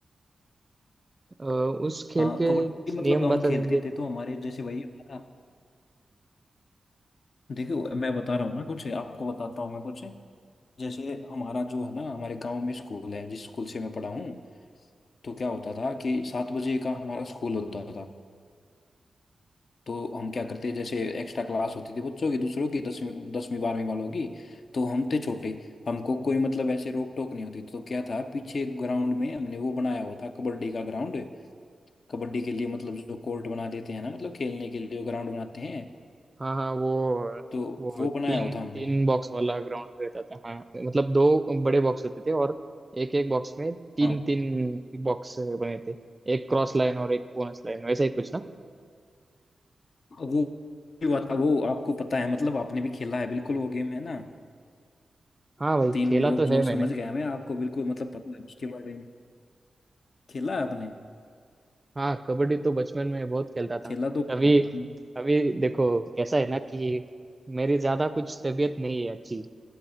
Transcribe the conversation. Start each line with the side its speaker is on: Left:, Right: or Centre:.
Right: आ, उस खेल
Left: हाँ
Right: के
Left: कबड्डी
Right: कुछ नियम
Left: मतलब हम
Right: बता
Left: खेलते
Right: देंगे
Left: थे तो हमारे जैसे वही हमारा- देखो मैं बता रहा हूँ ना कुछ आपको बताता हूँ मैं कुछ जैसे हमारा जो है ना हमारे गांव में स्कूल है जिस स्कूल से मैं पढ़ा हूँ तो क्या होता था कि सात बजे का हमारा स्कूल होता था तो हम क्या करते जैसे एक्स्ट्रा क्लास होती थी बच्चों की दूसरों की दसवीं दसवीं बारहवीं वालों की तो हम थे छोटे हमको कोई मतलब ऐसे रोक टोक नहीं होती तो क्या था पीछे ग्राउंड में हमने वो बनाया हुआ था कबड्डी का ग्राउंड कबड्डी के लिए मतलब जो कोर्ट बना देते हैं ना मतलब खेलने के लिए ग्राउंड बनाते हैं
Right: हाँ हाँ वो
Left: तो
Right: वो
Left: वो
Right: तीन
Left: बनाया हुआ था हमने
Right: तीन बॉक्स वाला ग्राउंड रहता था हाँ मतलब दो बड़े बॉक्स होते थे और एक एक बॉक्स में तीन
Left: हाँ
Right: तीन बॉक्स बने थे एक क्रॉस लाइन और एक बोनस लाइन वैसा ही कुछ ना
Left: वो हुआ था वो आपको पता है मतलब आपने भी खेला है बिल्कुल वो गेम है ना
Right: हाँ भाई
Left: तीन
Right: खेला
Left: वो
Right: तो
Left: जो
Right: है मैंने
Left: समझ गया मैं आपको बिल्कुल मतलब पता है उसके बारे में खेला है आपने
Right: हाँ कबड्डी तो बचपन में बहुत खेलता था
Left: खेला तो है
Right: अभी
Left: यार आपने
Right: अभी देखो कैसा है ना कि मेरी ज्यादा कुछ तबीयत नहीं है अच्छी